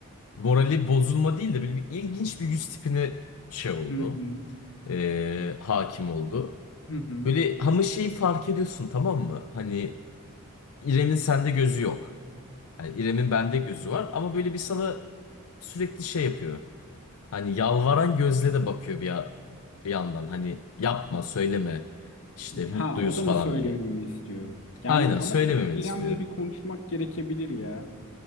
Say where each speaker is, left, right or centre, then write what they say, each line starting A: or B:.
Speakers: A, on the left (about 75°); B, on the left (about 65°).
A: morali bozulma değil de böyle bir ilginç bir yüz tipine şey oldu.
B: Hı hı.
A: Ee, hakim oldu.
B: Hı hı.
A: Böyle ama şeyi fark ediyorsun tamam mı? Hani İrem'in sende gözü yok. Yani İrem'in bende gözü var ama böyle bir sana sürekli şey yapıyor. Hani yalvaran gözle de bakıyor bir, ya- bir yandan. Hani yapma söyleme işte mutluyuz
B: Ha o da
A: falan
B: mı söylememi
A: diye.
B: istiyor? Yani
A: Aynen
B: ama
A: söylememeni
B: İrem'le
A: istiyor.
B: bir konuşmak gerekebilir ya.